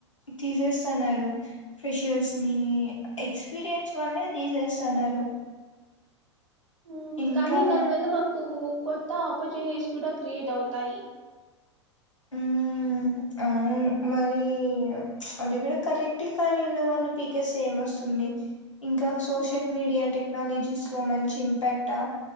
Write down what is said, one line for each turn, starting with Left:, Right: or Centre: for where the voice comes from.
Left: తీసేస్తన్నారు ఫ్రెషర్స్ ని ఈ ఎక్స్పీరియన్స్ వాల్నే తీసేస్తన్నారు
Right: ఉమ్
Left: ఇంకా
Right: కానీ దానివల్ల మాకు కొత్త ఆపర్చునిటీస్ కూడా క్రియేట్ అవుతాయి.
Left: మ్మ్ అవును మరి అది కూడా కరెక్టే కాని ఉన్న వాళ్ళని పీకెస్తే ఏం వస్తుంది ఇంకా సోషల్
Right: మ్మ్.
Left: మీడియా టెక్నాలజీస్ లో మంచి ఇంపాక్టా